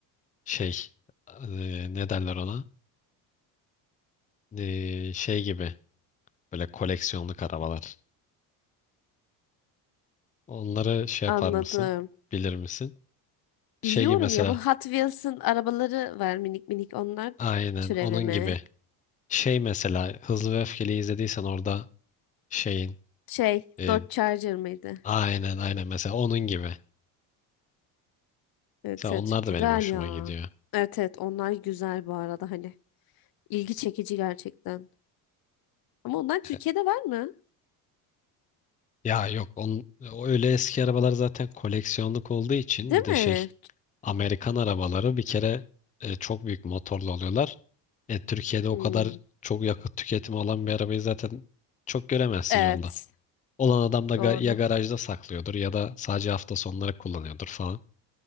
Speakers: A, on the left (about 15°); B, on the left (about 50°).
A: şey e, ne derler ona? E, şey gibi böyle koleksiyonluk arabalar. Onları şey yapar
B: Anladım.
A: mısın? Bilir misin? Şey
B: Biliyorum
A: gibi mesela
B: ya bu Hot Wheels'ın arabaları var minik minik onlar
A: aynen
B: türevi
A: onun
B: mi?
A: gibi. Şey mesela Hızlı ve Öfkeli izlediysen orada şeyin
B: Şey
A: e,
B: Dodge Charger mıydı?
A: Aynen aynen mesela onun gibi.
B: Evet
A: Mesela
B: evet
A: onlar
B: güzel
A: da benim hoşuma
B: ya.
A: gidiyor.
B: Evet evet onlar güzel bu arada hani ilgi çekici gerçekten. Ama onlar Türkiye'de
A: E,
B: var mı?
A: Ya yok on, o öyle eski arabalar zaten koleksiyonluk olduğu için
B: Değil
A: bir
B: mi?
A: de şey Amerikan arabaları bir kere e, çok büyük motorlu oluyorlar. E, Türkiye'de o
B: Hmm,
A: kadar çok yakıt tüketimi olan bir arabayı zaten çok göremezsin
B: Evet
A: yolda. Olan adam da
B: doğru.
A: ga- ya garajda saklıyordur ya da sadece hafta sonları kullanıyordur falan.